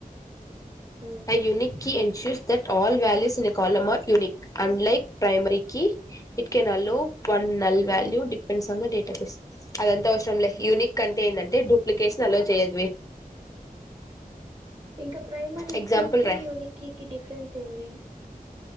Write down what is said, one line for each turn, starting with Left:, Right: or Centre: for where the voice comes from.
Right: um
Left: a unique key ensures that all values in a column are unique unlike ప్రైమరీకి it can నలో one null value
Right: um
Left: depends on the database అదంతా అవసరం లే యూనిక్ కంటే ఏంటంటే డూప్లికేట్స్ నీ అలో చేయదువే
Right: ఇంకా ప్రైమరీ
Left: ఎగ్జాంపుల్
Right: కీకి
Left: రాయ్
Right: యూని కీ కి డిఫరెన్స్ ఏంది